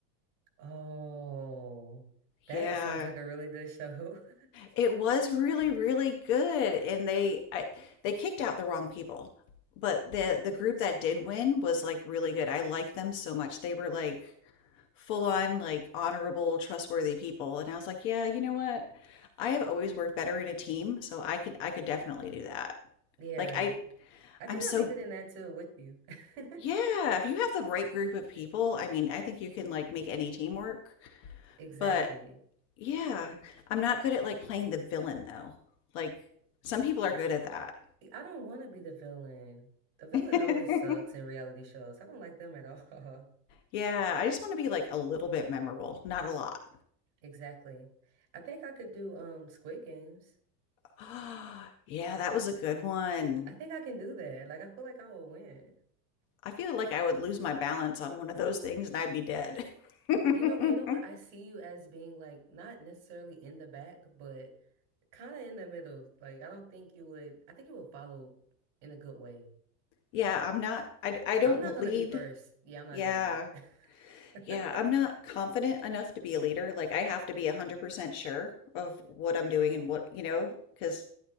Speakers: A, on the right (about 80°); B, on the left (about 30°).
A: Oh. That
B: Yeah,
A: sounds like a really good show. <laughs>
B: it was really really good and they I, they kicked out the wrong people. But the the group that did win was like really good. I liked them so much. They were like full on like honorable, trustworthy people. And I was like, yeah, you know what? I have always worked better in a team, so I could I could definitely do that.
A: Yeah.
B: Like I
A: I think
B: I'm so
A: I'll be good in that too with you. <laughs>
B: yeah, if you have the right group of people, I mean, I think you can like make any team work.
A: Exactly.
B: But yeah, I'm not good at like playing the villain though. Like some people are good at that.
A: I don't want to be the villain. The villain
B: <laughs>
A: always sucks in reality shows. I don't like them at all. <laughs>
B: Yeah, I just want to be like a little bit memorable, not a lot.
A: Exactly. I think I could do um Squid Games.
B: <gasps> Yeah, that was a good one.
A: I think I can do that. Like I feel like I will win.
B: I feel like I would lose my balance on one of those things and I'd be dead. <laughs>
A: You know, you know what? I see you as being like not necessarily in the back, but kind of in the middle. Like I don't think you would. I think you will follow in a good way.
B: yeah, I'm not, I, I don't
A: I'm not gonna
B: lead.
A: be first. Yeah, I'm not
B: Yeah.
A: doing that.
B: Yeah, I'm not
A: <laughs>
B: confident enough to be a leader. Like, I have to be 100% sure of what I'm doing and what, you know, because